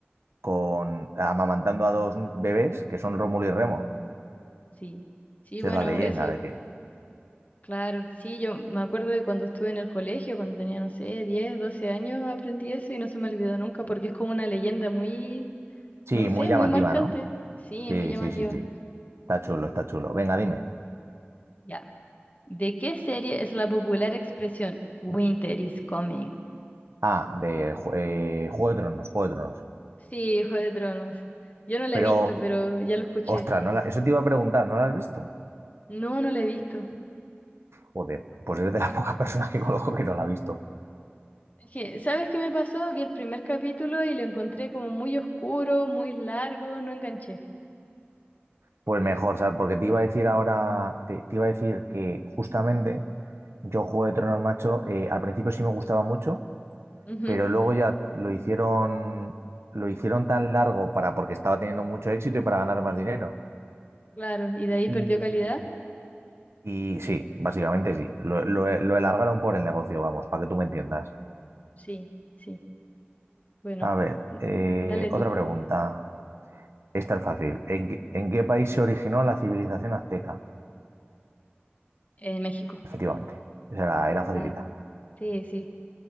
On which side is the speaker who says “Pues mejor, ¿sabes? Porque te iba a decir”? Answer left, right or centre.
Right